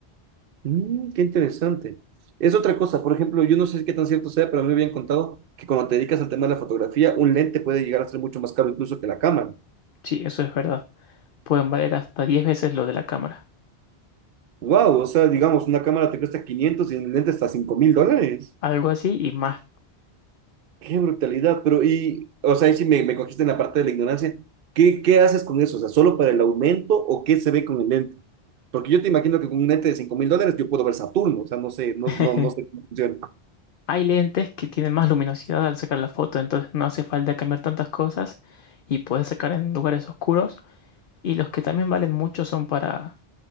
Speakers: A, on the right (about 60°); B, on the left (about 60°).
A: Mm, qué interesante. Es otra cosa, por ejemplo, yo no sé qué tan cierto sea, pero a mí me habían contado que cuando te dedicas al tema de la fotografía, un lente puede llegar a ser mucho más caro incluso que la cámara.
B: Sí, eso es verdad. Pueden valer hasta 10 veces lo de la cámara.
A: Wow, o sea, digamos, una cámara te cuesta 500 y un lente hasta cinco mil dólares.
B: Algo así y más.
A: Qué brutalidad, pero y, o sea, ahí sí me, me cogiste en la parte de la ignorancia. ¿Qué, qué haces con eso? O sea, ¿solo para el aumento o qué se ve con el lente? Porque yo te imagino que con un lente de cinco mil dólares yo puedo ver Saturno, o sea, no sé, no,
B: <laughs>
A: no, no sé cómo funciona.
B: Hay lentes que tienen más luminosidad al sacar la foto, entonces no hace falta cambiar tantas cosas y puedes sacar en lugares oscuros. Y los que también valen mucho son para